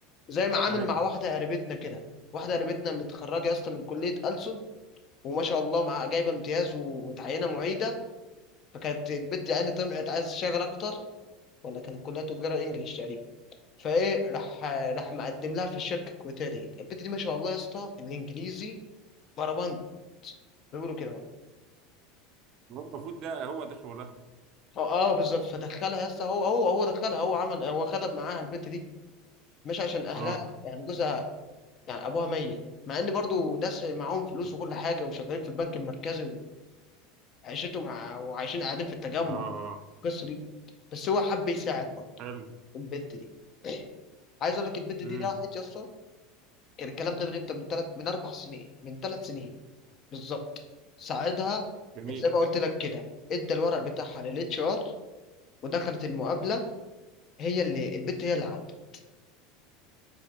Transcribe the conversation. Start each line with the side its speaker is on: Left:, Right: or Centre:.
Left: زي ما عامل
Right: ايوه
Left: مع واحده قريبتنا كده واحده قريبتنا متخرجه يا اسطى من كليه ألسن وما شاء الله مع جايبه امتياز ومتعينه معيده فكانت البت يعني طمعت عايز تشتغل اكتر ولا كانت كلها تجاره انجلش تقريبا فايه راح راح مقدم لها في الشركه الكويتيه دي البنت دي ما شاء الله يا اسطى في الانجليزي بربنت بيقولوا كده اهو
Right: هو المفروض ده هو ده شغلها
Left: هو- اه بالظبط فدخلها يا اسطى هو هو هو دخلها هو عمل هو خدم معاها البنت دي مش عشان اهلها
Right: اه
Left: يعني جوزها يعني ابوها ميت مع ان برضو ناس معاهم فلوس
Right: اه
Left: وكل حاجه وشغالين في البنك المركزي وعيشتهم ع- وعايشين قاعدين في التجمع
Right: اه
Left: القصه دي بس هو حب يساعد برضه
Right: حلو
Left: البنت دي <clears throat> عايز اقول لك البنت
Right: امم
Left: دي راحت يا اسطى كان الكلام ده من امتى من ثلاث من اربع سنين من ثلاث سنين بالظبط ساعدها
Right: جميل
Left: زي ما قلت لك كده ادى الورق بتاعها للاتش ار ودخلت المقابله هي اللي البت هي اللي عدت